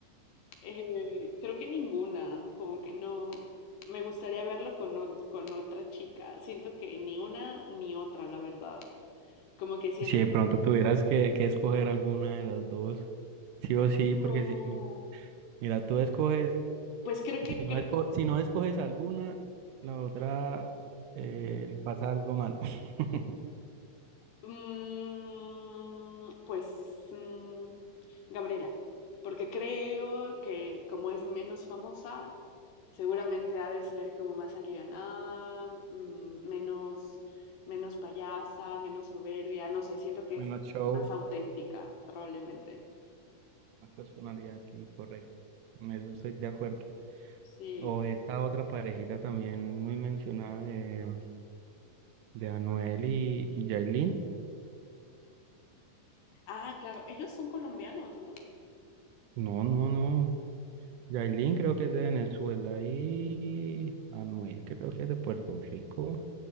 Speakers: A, on the left; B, on the right.
A: Eh, creo que ninguna, como que no. Me gustaría verlo con, o- con otra chica. Siento que ni una ni otra, la verdad. Como que siento
B: Si de
A: que
B: pronto tuvieras que, que escoger alguna de las dos, sí o sí,
A: no.
B: porque sí. Mira, tú escoges,
A: Pues creo
B: si
A: que creo
B: no, esco- si no escoges alguna, la otra eh, le pasa algo malo. <laughs>
A: Mm, pues mm, Gabriela, porque creo que como es menos famosa, seguramente ha de ser como más alivianada, mm, menos, menos payasa, menos soberbia, no sé, siento que
B: Menos
A: es
B: show,
A: más auténtica, probablemente.
B: más personalidad, sí, correcto. En eso estoy de acuerdo.
A: Sí.
B: O esta otra parejita también muy mencionada de, de Anuel y, y Yailin.
A: Ah, claro, ellos son colombianos, ¿no?
B: No, no, no. Yailin creo que es de Venezuela y Anuel creo que es de Puerto Rico,